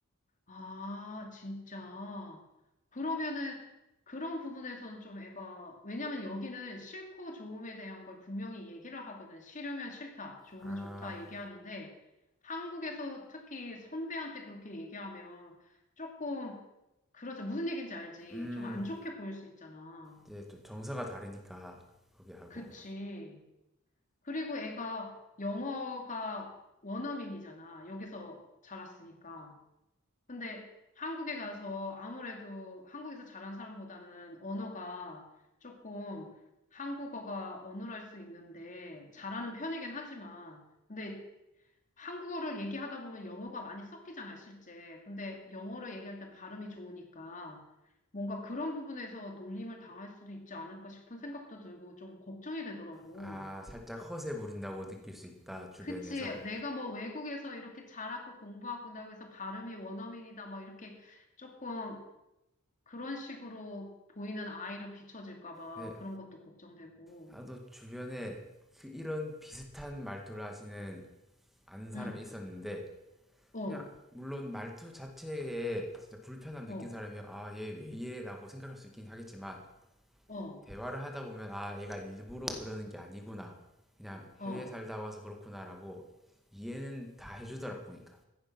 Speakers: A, on the left; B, in the centre.
A: 아, 진짜. 그러면은 그런 부분에서는 좀 애가, 왜냐면 여기는 싫고 좋음에 대한 걸 분명히 얘기를 하거든. 싫으면 싫다, 좋으면
B: 아,
A: 좋다 얘기하는데 한국에서 특히 선배한테 그렇게 얘기하면 조금, 그렇죠. 무슨 얘기인지 알지.
B: 음,
A: 좀 안 좋게 보일 수 있잖아.
B: 이제 좀 정서가 다르니까 거기 하고
A: 그치. 그리고 애가 영어가 원어민이잖아. 여기서 자랐으니까. 근데 한국에 가서 아무래도 한국에서 자란 사람보다는 언어가 조금 한국어가 어눌할 수 있는데 잘하는 편이긴 하지만 근데 한국어를 얘기하다 보면 영어가 많이 섞이잖아, 실제. 근데 영어를 얘기할 땐 발음이 좋으니까 뭔가 그런 부분에서 놀림을 당할 수도 있지 않을까 싶은 생각도 들고 좀 걱정이 되더라고.
B: 아 살짝 허세 부린다고 느낄 수 있다 주변에서
A: 그치. 내가 뭐 외국에서 이렇게 자랐고 공부하고 나그래서 발음이 원어민이다 뭐 이렇게 조금 그런 식으로 보이는 아이로 비춰질까 봐
B: 근데
A: 그런 것도 걱정되고.
B: 나도 주변에 그 이런 비슷한 말투를 하시는 아는 사람이
A: 응.
B: 있었는데
A: 어,
B: 그냥 물론 말투 자체에 진짜 불편함
A: 어,
B: 느낀 사람이면 아, 얘 왜 이래라고 생각할 수 있긴 하겠지만
A: 어,
B: 대화를 하다 보면 아, 얘가 일부러 그러는 게 아니구나. 그냥
A: 어.
B: 해외에 살다 와서 그렇구나라고 이해는 다 해주더라 보니까.